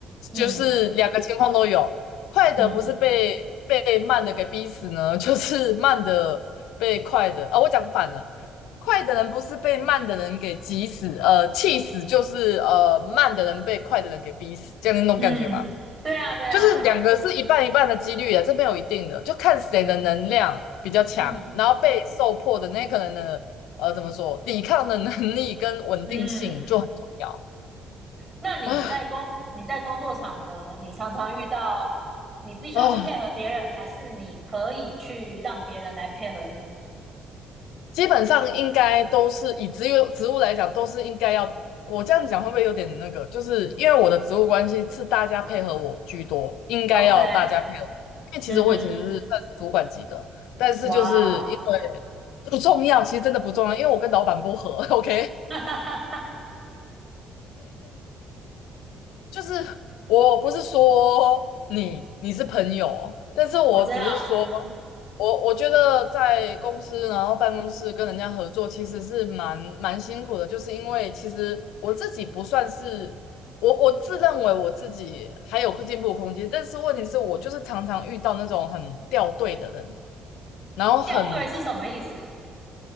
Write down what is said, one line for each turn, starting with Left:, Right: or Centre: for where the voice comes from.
Right: 嗯
Left: 就是两个情况都有，快的不是被被慢的给逼死呢，
Right: 嗯
Left: <laughs> 就是慢的被快的啊，我讲反了。快的人不是被慢的人给急死，呃，气死，就是呃，慢的人被快的人给逼死，这样那种感觉嘛，
Right: 嗯，对啊对啊，
Left: 就是两个是一半一半的几率啊，这边有一定的，就看谁的能量比较强，
Right: 嗯
Left: 然后被受迫的那个人的呃，怎么说，抵抗的能力跟稳定性就很重要
Right: 嗯。那你在工你在工作场合，
Left: 啊。
Right: 你常常遇到你必须要去配合别人，
Left: 哦，
Right: 还是你可以去让别人来配合你
Left: 基本上应该都是以职物职务来讲，都是应该要。我这样讲会不会有点那个？就是因为我的职务关系是大家配合我居多，应该要大家配合。
Right: ？OK，
Left: 因为其实我以前是算是主管级的，
Right: 嗯哼，
Left: 但是就是因为不重要，
Right: 哇，<laughs>
Left: 其实真的不重要，因为我跟老板不合。<laughs> OK，
Right: 哈哈哈
Left: 就是我不是说你你是朋友，但是我只是说。
Right: 我知道，嗯哼，
Left: 我我觉得在公司，然后办公室跟人家合作，其实是蛮蛮辛苦的，就是因为其实我自己不算是我我自认为我自己还有进步空间，但是问题是我就是常常遇到那种很掉队的人，然后很
Right: 掉队是什么意思？